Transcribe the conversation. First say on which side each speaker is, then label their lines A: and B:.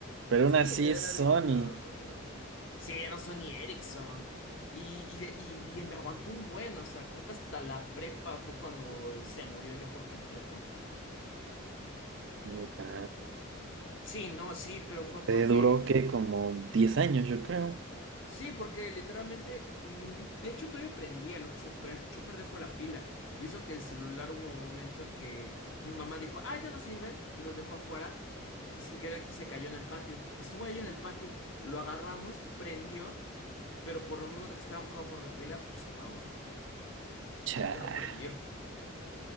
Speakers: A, on the right; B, on the left.
A: Pero
B: Sí,
A: aún así
B: güey,
A: es
B: de ladrillito.
A: Sony.
B: Sí, eran Sony Ericsson. Y, y, y- y me aguantó un buen, o sea, creo que hasta la prepa fue cuando se murió ya por completo.
A: ¿Neta?
B: Sí, no, sí, pero fue
A: Te
B: porque.
A: duró que como diez años, yo creo.
B: Sí, porque literalmente. mm, De hecho, todavía prendía. Lo que se per- echó a perder fue la pila. Y eso que el celular hubo un momento que mi mamá dijo: Ah, ya no sirven. Los dejó afuera. Y sin querer que se cayó en el patio. Y estuvo ahí en el patio. Lo agarramos, prendió. Pero por lo mismo de que estaba mojado por la pila, pues se apagó.
A: Cha.
B: Pero prendió.